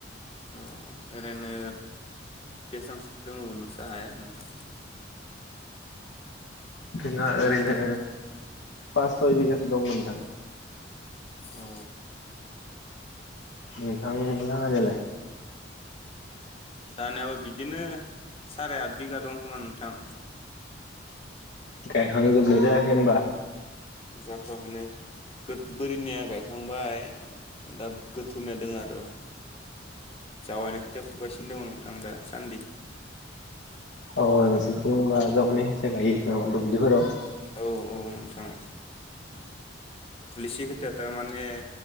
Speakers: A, on the left; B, on the left.
A: अ ओरैनो बेसांसो दङ' नोंस <unintelligible> नोंथां
B: जोंहा
A: हेल'
B: ओरैनो
A: नोंथां
B: पास सय बिगासो दंमोन नोंथां
A: औ
B: नोंथां लाङानियालाय
A: जानायाबो बिदिनो साराय आठ बिगा दं खोमा नोंथां
B: गायखां जोबनो जायाखै होनबा?
A: जाथ'याखैनो गोद बोरिनिया गायखांबाय दा गोथौनिया दोङो आरो। जावायनाय खोथिया फुगासिनो दङ' नोंथां दासान्दि।
B: औ ओ नोंसोरनिथिं ओमबा जावायनाय खोथिया गायो दुबलिफोराव
A: औ औ नोंथां लिसि खोथिया तारमाने